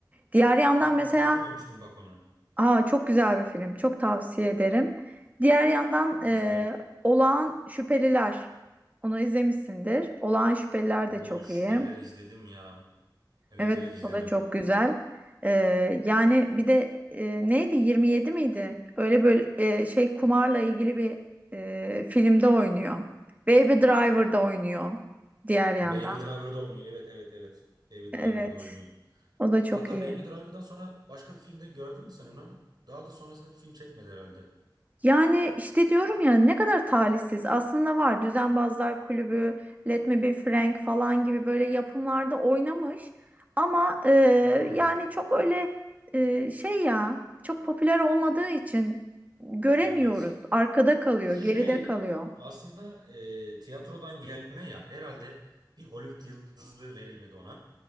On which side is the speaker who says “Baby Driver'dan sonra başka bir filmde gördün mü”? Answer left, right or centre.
Right